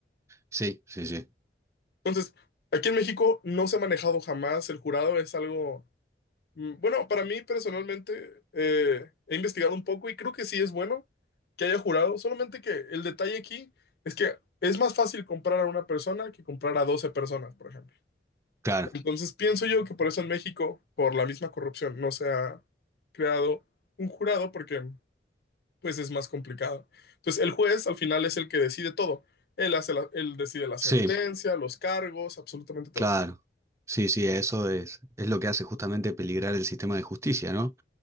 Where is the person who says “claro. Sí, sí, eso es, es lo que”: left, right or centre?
Right